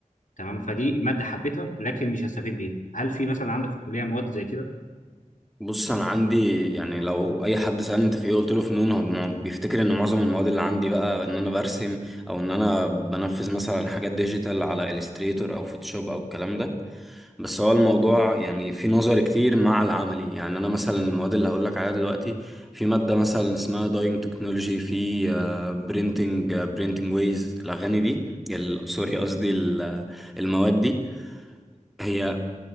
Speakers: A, on the left; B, in the centre.
A: تمام فدي ماده حبيتها لكن مش هستفيد بيها هل في مثلا عندك في الكليه مواد زي كده
B: بص انا عندي يعني لو اي حد سالني انت في ايه قلت له فنون هو مع- بيفتكر ان معظم المواد اللي عندي بقى ان انا برسم او ان انا بنفذ مثلا حاجات ديجيتال على الستريتور او فوتوشوب او الكلام ده بس هو الموضوع يعني في نظر كتير مع العملي يعني انا مثلا المواد اللي هقول لك عليها دلوقتي في ماده مثلا اسمها داينج تكنولوجي في برينتنج برينتنج ويز الاغاني دي ال- سوري قصدي ال- آه، المواد دي هي